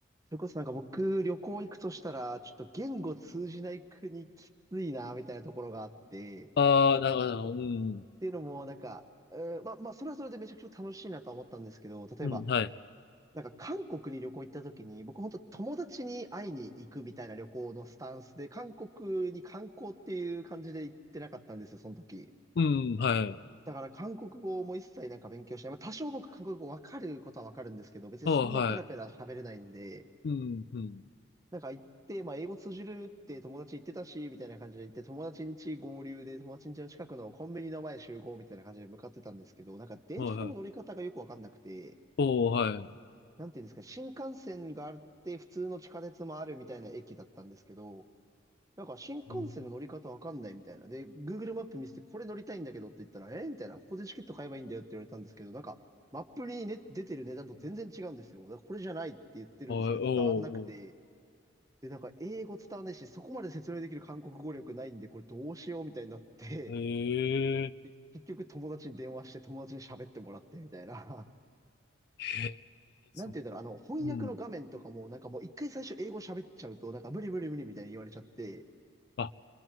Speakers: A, on the right (about 20°); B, on the left (about 55°).
A: それこそなんか僕、旅行行くとしたら、ちょっと言語通じない国きついな、みたいなところがあって、っ
B: ああ、なるほど、うん、
A: ていうのも、なんか、えーまあ、まあ、それはそれでめちゃくちゃ楽しいなとは思ったんですけど、例えば、
B: うん、はい。
A: なんか韓国に旅行行った時に、僕本当友達に会いに行くみたいな旅行のスタンスで、韓国に観光っていう感じで行ってなかったんですよ、その時。
B: うん、はい。
A: だから韓国語も一切なんか勉強しない。まあ、多少僕韓国語わかることはわかるんですけど、別にそんなペラペラ喋れないんで、
B: ああ、はい。うん、うん、
A: なんか行って、まあ英語通じるって友達言ってたし、みたいな感じで行って、友達ん家合流で友達ん家の近くのコンビニの前集合みたいな感じで向かってたんですけど、なんか電車の乗り方がよくわかんなくて、
B: はい、はい。おお、はい。
A: なんていうんですか、新幹線があって普通の地下鉄もあるみたいな駅だったんですけど、なんか新幹線の乗り方わかんないみたいな。
B: うん
A: で、Google マップ見せて、これ乗りたいんだけどって言ったら、えーみたいな、ここでチケット買えばいいんだよって言われたんですけど、なんか、マップに、ね、出てる値段と全然違うんですよ。だからこれじゃないって言ってるんですけど、
B: はい、おう、
A: 伝わんなくて。で、なんか、英語伝わんないし、そこまで説明できる韓国語力ないんで、これどうしようみたいになって、
B: おう。へえ、
A: で、結局友達に電話して、友達に喋ってもらってみたいな。
B: へ
A: <laughs>
B: え、
A: なんて言うんだろう、
B: そう、
A: あの、翻訳の画面とかも、
B: うん。
A: なんかもう一回最初英語喋っちゃうと、なんか無理無理無理みたいに言われちゃって、
B: あ、ああはいうんうんはいはいおおはいうんはいおうおへえへえそううん